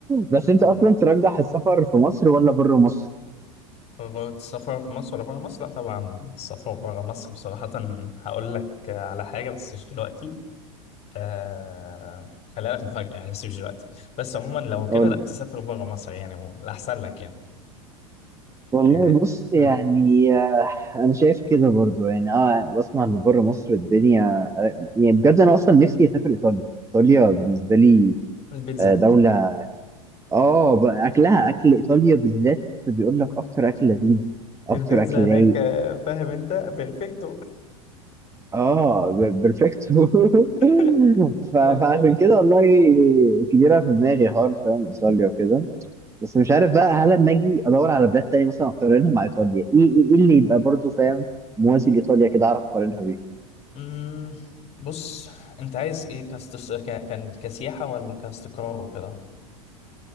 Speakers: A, on the right; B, on the left.
A: بس انت
B: م.
A: اصلا ترجح السفر في مصر ولا بره مصر؟
B: قررت السفر في مصر ولا بره مصر؟ لا طبعا السفر بره مصر بصراحة هقول لك على حاجة بس مش دلوقتي آه خليها لك مفاجأة يعني بس مش دلوقتي بس عموما لو كده
A: قول
B: لا تسافر بره مصر يعني عموما الأحسن لك يعني
A: والله
B: آه.
A: بص يعني
B: مم.
A: آه، انا شايف كده برضو يعني اه بسمع ان بره مصر الدنيا يعني بجد انا اصلا نفسي اسافر ايطاليا ايطاليا بالنسبه لي
B: البيتزا
A: آه، دوله اه ب- اكلها اكل ايطاليا بالذات بيقول لك اكتر اكل لذيذ اكتر
B: البيتزا
A: اكل
B: هناك
A: رايق
B: آه، فاهم انت بيرفكتو
A: اه ب- بيرفكتو
B: <laughs>
A: <laughs> ف- فعشان
B: لا جامد
A: كده
B: يا اسطى.
A: والله كبيره في دماغي حوار فاهم ايطاليا وكده بس مش عارف بقى هل لما اجي ادور على بلاد تانية مثلا اقارنها مع ايطاليا ايه ايه إيه اللي يبقى برضو فاهم موازي لايطاليا كده اعرف اقارنها بيه
B: مم. بص أنت عايز إيه كاست... ك... كان كسياحة ولا كاستقرار وكده